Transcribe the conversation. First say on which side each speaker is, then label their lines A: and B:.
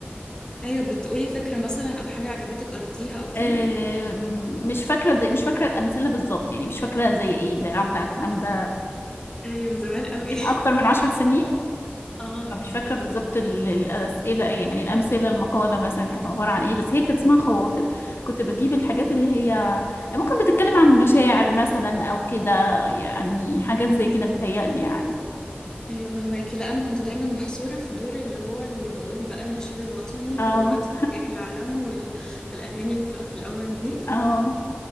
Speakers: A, on the left; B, on the left.
A: أيوة بتقولي فكرة مثلا أو حاجة عجبتك قريتيها أو كده
B: آم، مش فاكرة زي مش فاكرة الأمثلة بالظبط يعني مش فاكرة زي ايه ده عدى على الكلام ده
A: أيوة زمان أوي
B: يمكن أكتر من عشر سنين
A: <laughs> اه
B: فمش فاكرة بالظبط ال- الأسئلة ايه يعني الأمثلة المقالة مثلا كانت عبارة عن ايه بس هي كانت اسمها خواطر كنت بجيب الحاجات اللي هي ممكن بتتكلم عن مشاعر مثلا أو كده يعني حاجات زي كده متهيألي يعني
A: ايوه فهماكي لا انا كنت دايما محصوره في دور اللي هو اللي بقول بقى النشيد الوطني
B: اه
A: ووقت تحيه العلم وال... والاغاني اللي بتبقى في الاول دي
B: اه